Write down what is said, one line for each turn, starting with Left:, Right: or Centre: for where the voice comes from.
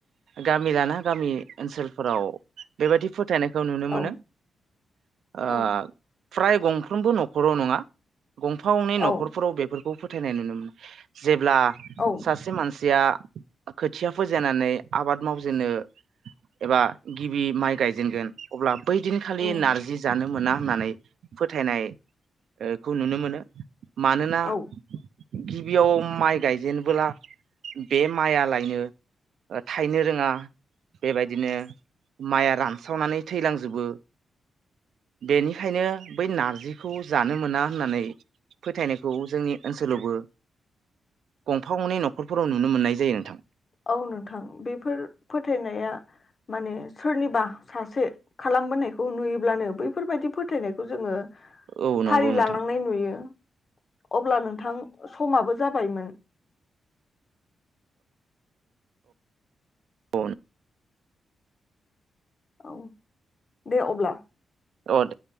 Right: गामि लाना गामि ओनसोलफोराव बेबायादि फोथायनाय। खौ नुनो मोनो
Left: औ
Right: ओ।
Left: औ
Right: फ्राय गंफ्रोमबो न'खराव नङा। गंफा गंनै
Left: औ
Right: न'खरफोराव बेफोरखौ फोथायनाय नुनो मोनो जेब्ला
Left: औ
Right: सासे मानसि। दा खोथिया फोजायनानै आबाद मावजेननो एबा गिबि माइ गायजेनगोन अब्ला। बैदिनखालि
Left: उम
Right: नारजि जानो मोना होननानै फोथायनाय। ओ खौ नुनो मोनो। मानोना
Left: औ
Right: गि गिबियाव माइ गायजेनबोला बे माइआ लायनो थायनो रोङा बेबायदिनो माइआ रानस्रावनानै थैलांजोबो बेनिखायनो बै नारजिखौ जानो मोना होननानै फोथायनायखौ जोंनि ओनसोलावबो गंफा गंनै न'खर फोराव नुनो मोननाय जायो नोंथां
Left: औ नोंथां बेफोर फोथायनाया माने सोरनिबा सासे खालामबोनायखौ नुयोब्लानो बैफोरबायदि फोथायनायखौ जोङो
Right: औ नंगौ
Left: फालि
Right: नोंथां
Left: लानांनाय नुयो अब्ला नोंथां समाबो जाबायमोन?
Right: उन
Left: औ दे अब्ला
Right: औ दे